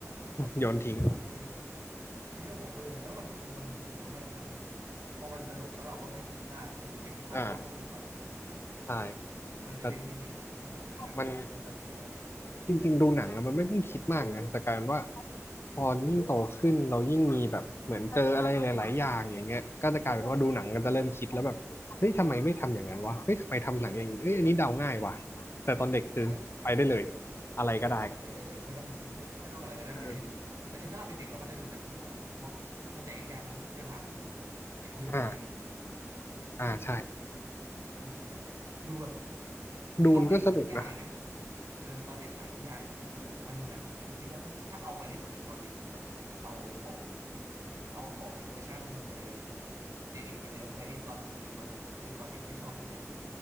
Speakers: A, on the left; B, on the right.
A: โยนทิ้ง
B: ทิ้งสมองไปเลยทิ้งสมองไปเลยแล้วมันมันมันทำให้มันพอมันสนุกแล้วเราก็ไม่คิดมากคิดไม่คิดมากแล้วเราก็มีความสุขถูกปะ
A: อ่าใช่
B: หรือมันเป็นเรื่องที่ดีปะไม่ดูหนังมันต้องไม่ต้องคิดมาก
A: แต่มัน จริงๆดูหนังอะมันไม่ต้องคิดมากนะแต่กลารว่าพอยิ่งโตขึ้นเรายิ่งมีแบบเหมือนเจออะไรหลายๆอย่างอย่างเงี้ยก็จะกลายเป็นว่าดูหนังกนจะเริ่มคิดแล้วแบบเฮ้ยทำไมไม่ทำอย่างนั้นวะเฮ้ยทำไมทำหนังอย่างนี้เอ้ยอันนี้เดาง่ายว่ะแต่ตอนเด็กคือไปได้เลย
B: เออ
A: อะไรก็ได้
B: ไปได้เลยไม่ต้องไม่ต้องไม่ต้องอะไรก็ได้แต่คือแต่คือถ้าเราเป็นเด็กเราก็จะดูหนังพวกแบบพวกเข้าใจยากๆไม่ไม่ผ่านนะ
A: เออ
B: อย่างดูนอะไร
A: อ่าอ่าใช่
B: ดูอะไรเงี้ยดูแบบคือตอนเด็กอ่านนิยายนะ
A: ดูนก็สนุกนะ
B: เออตอนเด็กอ่านนิยายนะแต่คือแบบมาดูหนังคือคิดว่าถ้าถ้าเอาไปให้ตัวเองตอนเด็กดูอะเอาของเอาของเวอร์ชันไอเดนิวินเนร์ฟไปให้ตอนตัวเองตอนเด็กดูตัวเองตอนเด็กไม่ชอบแน่ <laughs>